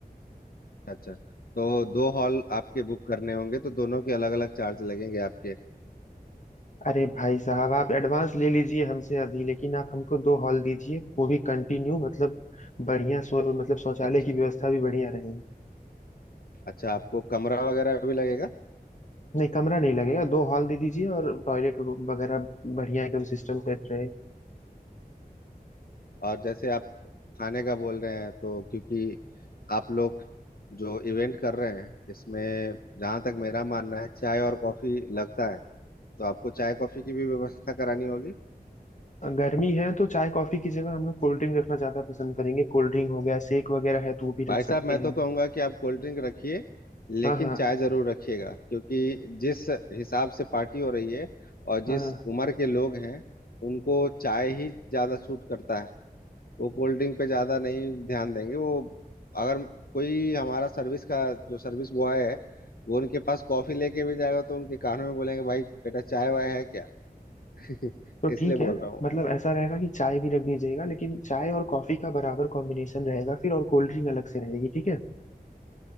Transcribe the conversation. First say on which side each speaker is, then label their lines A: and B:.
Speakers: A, on the left; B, on the left.
A: अच्छा तो दो हॉल आपके बुक करने होंगे तो दोनों के अलग अलग चार्ज लगेंगे आपके
B: अरे भाई साहब आप एडवांस ले लीजिए हमसे अभी लेकिन आप हमको दो हॉल दीजिए वो भी कंटिन्यू मतलब बढ़िया सो, मतलब शौचालय
A: अच्छा
B: की व्यवस्था भी बढ़िया रहे
A: अच्छा आपको कमरा वगैरह भी लगेगा
B: नहीं कमरा नहीं लगेगा दो हॉल दे दीजिए और टॉयलेट वगैरह बढ़िया एकदम सिस्टम सेट रहे
A: और जैसे आप खाने का बोल रहे हैं तो क्योंकि आप लोग जो इवेंट कर रहे हैं इसमें जहां तक मेरा मानना है चाय और कॉफी लगता है तो आपको चाय कॉफी की भी व्यवस्था करानी होगी
B: गर्मी है तो चाय कॉफी की जगह हम लोग कोल्ड ड्रिंक रखना ज्यादा पसंद करेंगे कोल्ड ड्रिंक हो गया शेक वगैरह है तो वो भी
A: भाई
B: रख सकते
A: साहब मैं
B: हैं
A: तो कहूंगा कि आप कोल्ड ड्रिंक रखिए लेकिन
B: हाँ हाँ
A: चाय जरूर रखिएगा क्योंकि जिस हिसाब से पार्टी हो रही है और
B: हाँ
A: जिस
B: हाँ।
A: उम्र के लोग हैं उनको चाय ही ज्यादा सूट करता है वो कोल्ड ड्रिंक पे ज्यादा नहीं ध्यान देंगे वो अगर कोई हमारा सर्विस का जो सर्विस बॉय है वो उनके पास कॉफी लेके भी जाएगा तो उनके कानों में बोलेंगे भाई बेटा चाय वाय है क्या <laughs>
B: तो
A: इसलिए
B: ठीक
A: बोल
B: है
A: रहा हूँ
B: मतलब
A: मैं
B: ऐसा रहेगा कि चाय भी रख दीजिएगा लेकिन चाय और कॉफी का बराबर कॉम्बिनेशन रहेगा फिर और कोल्ड ड्रिंक अलग से रहेगी ठीक है